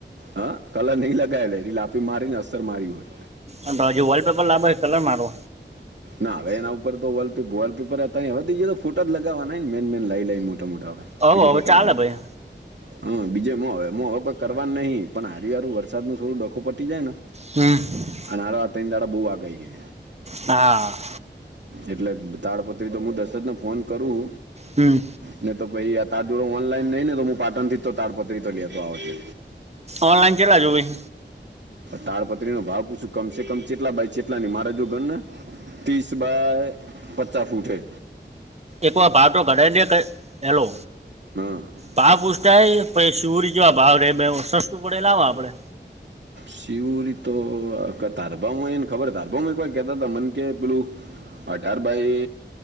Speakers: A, on the right (about 70°); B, on the right (about 35°).
A: હા કલર નહી લગાવેલા એ લાપી મારી ને અસર મારી હોય.
B: અ તો હજી વોલપેપર લાવબોય કલરરો.
A: ના હવે એના ઉપર તો વોલપેપર હતા હવે તો ફોટા જ લગાવવાના મેન મેન લઈ લન. દા આવે
B: હવે
A: બીજું
B: હવે
A: કોઈ કરવાનું.
B: ચાલે ભાઈ
A: હા બીજે હ હ કોઈ કરવા નહીિ પણ હર હરું વરસાદ ન થડું ડખું પટી જાય ને
B: હમ્મ.
A: અને હરો <unintelligible> દાડા બહુ વાગાય છે.
B: હા.
A: એટલે તાડપત્રી તો હું દસત ન ફોન કરું.
B: હમ્મ.
A: ને તો પછ તાર જોડો ઓનલાઈન નઈ ને તો હું પાટણ થી તો તાારપત્રી તો લેતો આવ છે.
B: ઓનલાઇન ચાલક આજો ભાઈ.
A: તારપત્રી નો ભાવ પૂછું કમસે કમ ચટલા બાય ચટલા મારા જો ગન ના. ત્રીસ બાય પચાસ ફૂટ છે.
B: એકવાર ભાર તો ગઢા દે કર એલો.
A: હા
B: પા પ ઉછતાાય પછ શિવર જોવા ભાવ રે સસ્તું પડે લાવ આપડે.
A: શિવરી તો ધારભા એને ખબર ધારભામાં એક વાર કેતા હતા મન કે પેલું અઠાર બાઈ